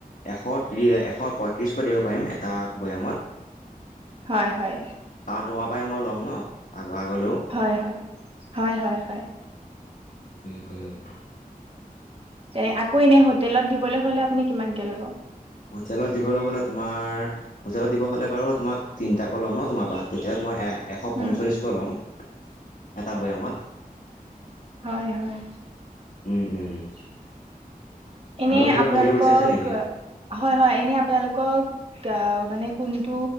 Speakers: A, on the left; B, on the right.
A: এশ ত্ৰি- এশ পয়ত্ৰিশকৈ দিব পাৰিম এটা বৈয়ামত।
B: হয়, হয়।
A: কাৰণ তোমাৰ পৰাই মই ল'ম ন' আৰু আগলৈও।
B: হয়' হয়, হয়' হয়' হয়'।
A: উম', উম'।
B: এ আকৌ এনে হোটেলত দিবলৈ হলে আপুনি কিমানকে ল'ব।
A: হোটেলত দিবলৈ হ'লে তোমাৰ হোটেলত দিব হ'লে বাৰু তোমাক তিনিটা আকৌ ল'ম ন' তোমাৰ পৰা তেতিয়া মই এ এশ
B: উম,
A: পঞ্চল্লিছকৈ ল'ম এটা বৈয়ামত।
B: হয়', হয়।
A: উম', উম।
B: এনে
A: আৰু কিবা
B: আপোনালোকক
A: সুধিব বিচাৰিছা নেকি
B: হয়' হয় এনে আপোনালোকক অ' মানে কোনটো